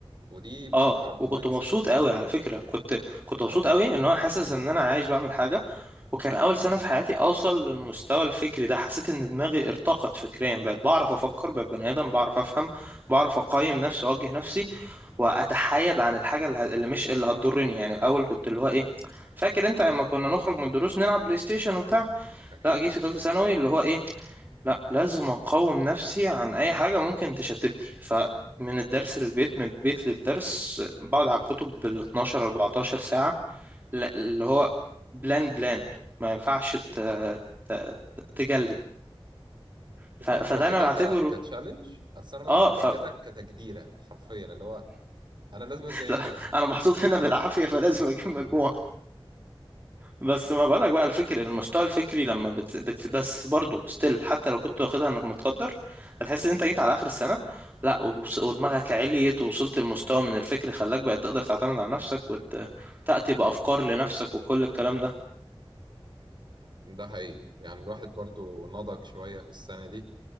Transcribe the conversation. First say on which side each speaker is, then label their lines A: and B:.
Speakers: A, on the right; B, on the right.
A: ودي بصراحة
B: اه وكنت
A: مايند
B: مبسوط
A: سيت
B: قوي على فكرة كنت كنت مبسوط
A: آه
B: قوي ان انا حاسس ان انا عايش بعمل حاجة وكان اول سنة في حياتي اوصل للمستوى الفكري ده حسيت ان دماغي ارتقت فكريا بقيت بعرف افكر بقيت بني ادم بعرف افهم بعرف اقيم نفسي واوجه نفسي واتحايد عن الحاجة اللي, ه- اللي مش اللي هتضرني يعني الاول كنت اللي هو ايه فاكر انت لما كنا نخرج من الدروس نلعب بلاي ستيشن وبتاع
A: أكيد
B: لا جيت في ثالثه ثانوي اللي هو ايه لا لازم اقاوم نفسي عن اي حاجه ممكن تشتتني فمن الدرس للبيت من البيت للدرس بقعد على الكتب بال 12 14 ساعه ل- اللي هو بلان بلان ما ينفعش ت- ت- تجلي ف-
A: أنت
B: فده
A: كنت واخدها
B: انا بعتبره
A: ك... كتشالنج أصل أنا بقى
B: اه
A: كنت
B: ف
A: واخدها
B: <laughs>
A: كتجديرة حرفيا اللي هو انا لازم اذاكر
B: لا، انا محطوط هنا بالعافيه فلازم اجيب مجموعه بس ما بقولك بقى الفكر المستوى الفكري لما بت... بت... بس برضه ستيل حتى لو كنت واخدها انك متقدر هتحس ان انت جيت على اخر السنه لا ودمس- ودماغك عليت ووصلت لمستوى من الفكر خلاك بقى تقدر تعتمد على نفسك وتاتي بافكار لنفسك وكل الكلام ده
A: ده حقيقي يعني الواحد برضو نضج شوية في السنة دي